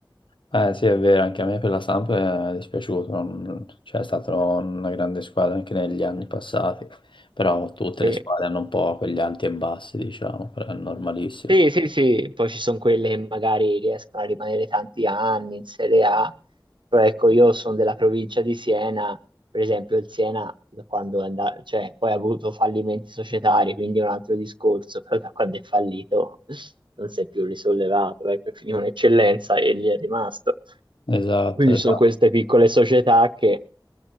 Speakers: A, on the left; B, on the right.
A: Eh sì, è vero, anche a me per la Samp è dispiaciuto, non- cioè è stata una grande squadra anche negli anni passati, però tutte
B: Sì,
A: le squadre hanno un po' quegli alti e bassi, diciamo, però è normalissimo.
B: sì, sì, sì. Poi ci sono quelle che magari riescono a rimanere tanti anni in Serie A, però ecco, io sono della provincia di Siena, per esempio il Siena, da quando è andato, cioè, poi ha avuto fallimenti societari, quindi è un altro discorso, però da quando è fallito <laughs> non si è più risollevato, ecco, è finito un'eccellenza e lì è rimasto.
A: Esatto,
B: Quindi
A: esatto,
B: ci sono queste piccole società che